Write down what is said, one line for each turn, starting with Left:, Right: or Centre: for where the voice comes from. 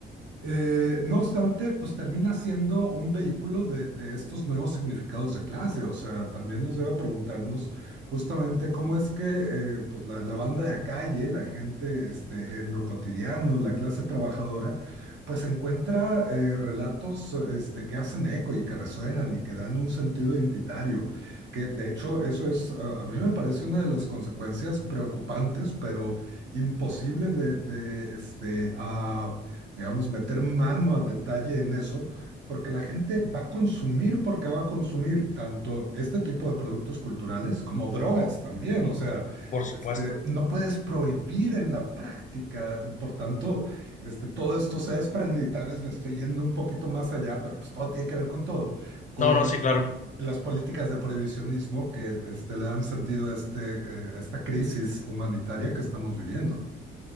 Right: Eh, no obstante, pues termina siendo un vehículo de, de estos nuevos significados de clase. O sea, también nos lleva a preguntarnos justamente cómo es que eh, pues la, la banda de calle, la gente este, en lo cotidiano, la clase trabajadora, pues encuentra eh, relatos este, que hacen eco y que resuenan y que dan un sentido identitario. Que de hecho eso es, a, a mí me parece una de las consecuencias preocupantes, pero imposible de, de este, ah, digamos, meter mano al detalle en eso, porque la gente va a consumir, porque va a consumir tanto este tipo de productos culturales como drogas también. O sea,
Left: Por supuesto.
Right: este, no puedes prohibir en la práctica. Por tanto, este, todo esto se desprende y tal vez me estoy yendo un poquito más allá, pero pues todo tiene que ver con todo. con
Left: No, no, sí, claro.
Right: las políticas de prohibicionismo que este, le han sentido a, este, eh, a esta crisis humanitaria que estamos viviendo.